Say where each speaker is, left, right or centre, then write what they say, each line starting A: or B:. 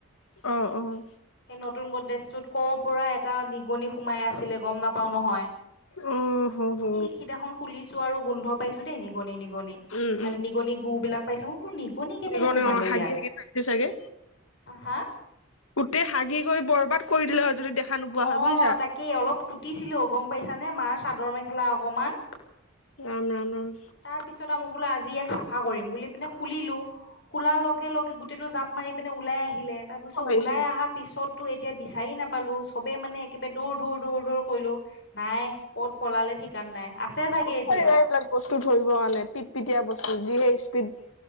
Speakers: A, on the left (about 80°); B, on the left (about 55°).
A: অ', অ',।
B: সেই নতুন গ্ৰদ্ৰেজটোত ক'ৰ পৰা এটা নিগনি সোমাই আছিলে গ'ম নাপাওঁ নহয়।
A: উম, হু, হু
B: খুলি সিদিনাখন খুলিছো আৰু গোন্ধ পাইছো দেই নিগনি, নিগনি
A: উম,
B: মানে
A: উম,
B: নিগনি নিগনি গু বিলাক পাইছো মই বোলো নিগনি কেনেকে
A: সেইকাৰণে
B: সোমালে
A: অ' হাগি
B: ইয়াত
A: হাগি থাকিছে চাগে।
B: হা
A: গোটেই হাগি গৈ বৰবাদ কৰি দিলে হয় যদি দেখা নোপোৱা
B: অ',
A: হয় বুজিছা।
B: তাকেই অলপ কুটিছিলো গ'ম পাইছানে মাৰ চাদৰ মেখেলা অকমান
A: ৰাম, ৰাম, ৰাম।
B: তাৰ পিছত আৰু মই বোলো আজি ইয়াক চাফা কৰিম বুলি পিনে খুলিলো খোলাৰ লগে লগে গোটেইটো জাপ মাৰি পিনে ওলাই আহিলে তাৰপিছত
A: খং আহিছে।
B: ওলাই অহা পিছততো এতিয়া বিচাৰি নাপালোঁ চবেই মানে একেবাৰে দৌৰ দৌৰ, দৌৰ, দৌৰ কৰিলোঁ। নাই ক'ত পলালে ঠিকান নাই আছে চাগে
A: ক'ত
B: এতিয়া।
A: পাৰিবা এইবিলাক বস্তু ধৰিব কাৰণে পিট পিটিয়া বস্তু যিহে স্পীড